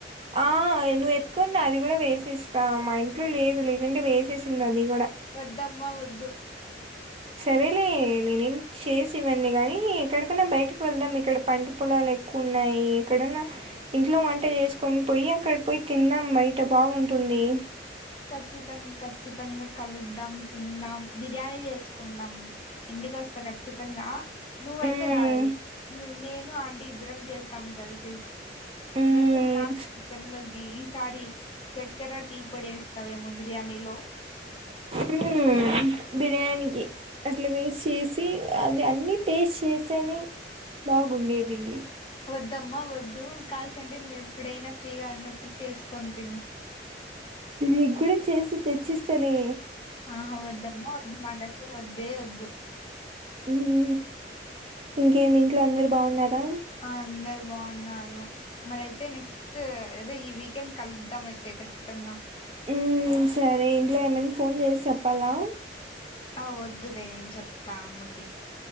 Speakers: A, on the right (about 30°); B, on the left (about 30°).
A: ఆ నువ్వు ఎత్తుకన్నా అది కూడా వేసేస్తా మా ఇంట్లో లేదు లేకంటే వేసేసింది అది కూడా
B: వద్దమ్మ వద్దు
A: సరేలే నేనేం చేసి ఇవ్వండి కాగానీ ఎక్కడికన్నా బయటకి వెళ్దాం ఇక్కడ పంట పొలాలు ఎక్కువ ఉన్నాయి ఎక్కడన్నా ఇంట్లో వంట చేసుకొని పోయి అక్కడికి పోయి తిందాం బయట బాగుంటుంది
B: ఖచ్చితంగా కఖచ్చితంగా కలుద్దాం తిందాం బిర్యానీ చేసుకుందాం ఇంటికి వస్తా ఖచ్చితంగా నువ్వైతే
A: మ్మ్
B: రాదు నేను ఆంటీ ఇద్దరం చేస్తాము కలిసి
A: మ్మ్
B: <unintelligible> ఈ సారి చక్కెర టీ పడస్త సాము బిర్యానీ లో
A: ఉమ్ బిర్యానీకి అట్లా వేస్ట్ చేసి అది అన్ని టేస్ట్ చేస్తేనే బాగుండేది
B: వద్దమ్మా వద్దు కాల్చ అంటే నువ్వు ఎప్పుడైనా ఫ్రీగా ఉన్నప్పుడు చేసుకొని తిను
A: మీకు కూడా చేసి తెచ్చిస్తాను
B: ఆహ వద్దమ్మ వద్ మగస్ వద్ద్దే వద్దు ధు
A: ఉమ్ ఊ ఇంకేమి ఇంట్లో అందరు బాగున్నారా
B: ఆ అందరు బాగున్నారు మరియితే నెక్స్ట్ ఏద ఈ వీకెండ్ కలుద్దాం అయితే ఖచ్చితంగా
A: మ్మ్ సరే ఇంట్లో ఏమనా ఫోన్ చేసి చెప్పాలా
B: ఆ వద్దులే నేను చెప్తా అమ్మకి